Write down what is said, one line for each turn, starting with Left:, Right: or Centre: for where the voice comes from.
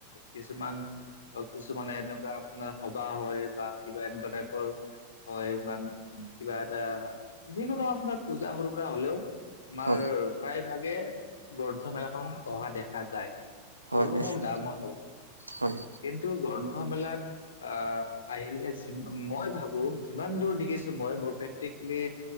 Left: কিছুমান ত' কিছুমানে এনেকুৱা আপোনাৰ সভা হয় বা কিবা এনেকুৱা টাইপৰ হয় মান কিবা এটা যিকোনো আপোনাৰ পূজা সৰু সুৰা হ'লেও আমাৰ
Right: হয়
Left: প্ৰায় ভাগে গ্ৰন্থমেলাখন অহা দেখা যায়
Right: হয়
Left: সৰু
Right: নিশ্চয়
Left: হওঁক, ডাঙৰ হওঁক।
Right: হয়
Left: কিন্তু গ্ৰন্থমেলাত আঁ--আহিলে চিনি পাম মই ভাৱোঁ, যিমান দূৰ দেখিছ দেখিছোঁ মই মোৰ প্ৰেক্টিকেলি